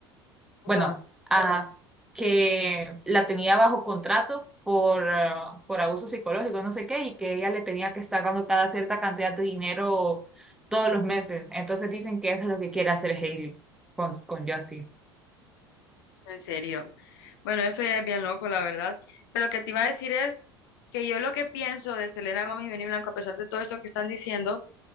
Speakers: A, on the left; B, in the centre.
A: ajá,
B: bueno, a, que la tenía bajo contrato por, eh, por abuso psicológico, no sé qué, y que ella le tenía que estar dando cada cierta cantidad de dinero todos los meses. Entonces dicen que eso es lo que quiere hacer Hailey con, con Justin.
A: en serio. Bueno, eso ya es bien loco, la verdad. Pero lo que te iba a decir es que yo lo que pienso de Selena Gómez y Benny Blanco, a pesar de todo esto que están diciendo,